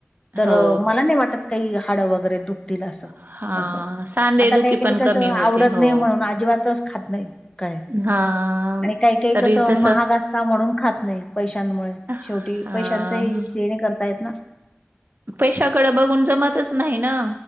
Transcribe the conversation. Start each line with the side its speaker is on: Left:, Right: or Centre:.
Left: तर
Right: हो.
Left: मला नाही वाटत. काही हाड वगैरे दुखतील असं
Right: हां,
Left: असं
Right: सांधेदुखी
Left: आता काही काही
Right: पण कमी
Left: क.
Right: होते.
Left: आवडत
Right: हो.
Left: नाही म्हणून अजिबातच खात नाही. काय
Right: हां.
Left: आणि काही काही
Right: तरी
Left: कसं
Right: तसं
Left: महाग असता म्हणून खात नाहीत. पैशांमुळे,
Right: हां,
Left: शेवटी पैशांचाही सेविंग करतायेत ना.
Right: पैशाकडं बघून जमतच नाही ना,